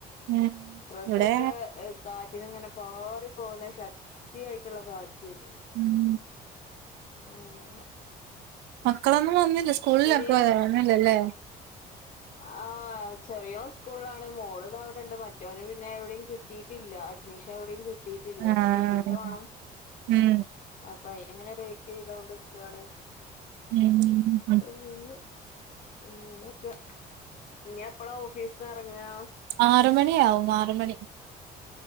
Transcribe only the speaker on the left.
ഡ്രസ്സൊക്കെ
കാറ്റിന്ങ്ങനെ പാറി പോവുന്നെ ശക്തിയായിട്ട്ള്ള കാ <unintelligible>
അങ്ങെനെ
ഇനി
ആഹ് ചെറിയോൻ സ്കൂള്ലാണ് മോള് താ വിടെണ്ട് മ റ്റാേന് പിന്നെ എവ്ടിം കിട്ടീട്ടില്ല അഡ്മിഷൻ എവ്ടിം കി ട്ടീട്ടില്ലാ
ഇനി കിട്ടീട്ട് വാണം
അപ്പ അയ്ന്ങ്ങെനെ വെയ്റ്റെയ്താേണ്ട്ക്കാണ്
<unintelligible> അങ്ങനാെക്കെ ഇഞ്ഞെപ്പളാ ഓഫീസ്ന്ന് എറെങ്ങാ